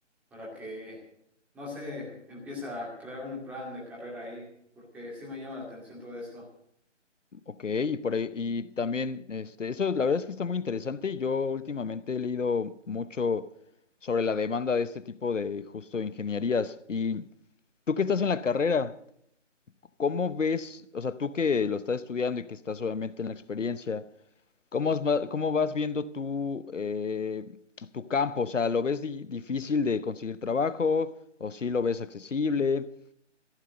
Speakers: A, in the centre; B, on the left.
A: para que, no sé, empiece a crear un plan de carrera ahí, porque sí me llama la atención todo esto.
B: Ok, y por ahí, y también, este, eso la verdad es que está muy interesante y yo últimamente he leído mucho sobre la demanda de este tipo de justo ingenierías. Y tú que estás en la carrera, ¿cómo ves, o sea, tú que lo estás estudiando y que estás obviamente en la experiencia, ¿cómo, os va- cómo vas viendo tú eh, tu campo? O sea, ¿lo ves di- difícil de conseguir trabajo o sí lo ves accesible?